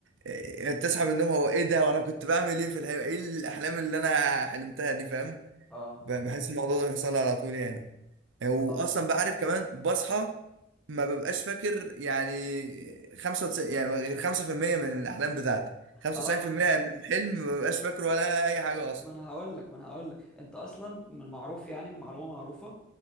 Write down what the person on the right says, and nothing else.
آه، تصحى من النوم هو ايه ده وانا كنت بعمل ايه في الحلم ايه الاحلام اللي انا حلمتها دي فاهم
ب- بحس الموضوع ده بيحصل لي على طول يعني آه، واصلا
بعرف كمان بصحى ما ببقاش فاكر يعني 95 يعني غير 5% من الاحلام بتاعتي 95%
من الحلم ما ببقاش فاكره ولا اي حاجه اصلا